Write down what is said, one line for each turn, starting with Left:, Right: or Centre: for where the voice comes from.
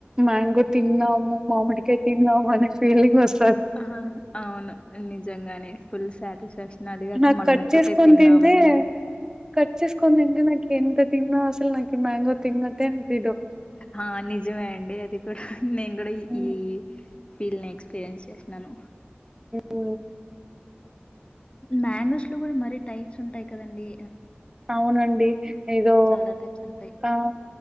Right: మ్యాంగో తిన్నా మామిడి కాయ తిన్నామనే ఫీలింగ్ ఒస్తుం
Left: అహహ అవును నిజంగానే ఫుల్ సాటిస్ఫాక్షన్ అదిగాక
Right: నా
Left: మనం
Right: కట్
Left: ఒక్కటే
Right: చేస్కొంతింటే
Left: తిన్నాము
Right: కట్ చేస్కొంతింటే నాకేం పె తిన్నా అసలు నాకి మ్యాంగో తిన్నట్టే అన్పియదు
Left: హా నిజమే అండి అది కూడా నేను కూడా ఈ
Right: మ్మ్
Left: ఈ ఫీల్నీ ఎక్స్పీరియన్స్ చేస్నాను.
Right: ఊ
Left: మ్యాంగోస్ లో కూడా మరి టైప్స్ ఉంటాయి కదండీ.
Right: అవునండి ఏదో
Left: చాలా టైప్స్ ఉంటాయి
Right: ఆ